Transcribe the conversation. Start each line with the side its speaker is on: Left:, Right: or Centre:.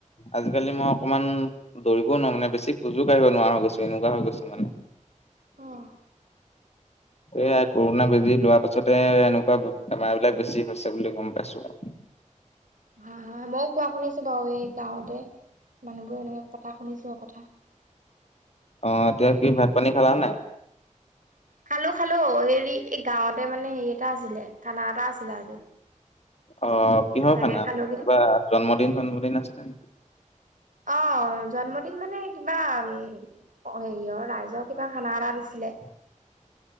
Left: আজিকালি মই অকণমান দৌৰিবও নোৱাৰো মানে বেছি খোজো কাঢ়িব নোৱাৰা হৈ গৈছো এনেকুৱা হৈ গৈছো মানে।
Right: অঁ
Left: এই কৰোণা বেজি লোৱা পাছতে এনেকুৱা বেমাৰ বিলাক বেছি হৈছে বুলি গম পাইছো। <inaudible>
Right: হয় হয় মোক কোৱা শুনিছে বু এই গাঁৱতে মানুহবোৰ এনেকে পতা শুনিছো আৰু কথা
Left: অ এয়া কি ভাত পানী খালা নাই।
Right: খালো খালো হেৰি এই গাঁৱতে মানে হেৰি এটা আছিলে কানা এটা আছিলে আজি।
Left: অ কিহৰ
Right: তাকে
Left: খানা
Right: খালোগে
Left: কিবা জন্মদিন জন্মদিন আছিলে নেকি?
Right: অ জন্মদিন মানে কিবা উ হেৰিয়ৰ ৰাইজৰ কিবা খানা এডটা দিছিলে।
Left: <inaudible>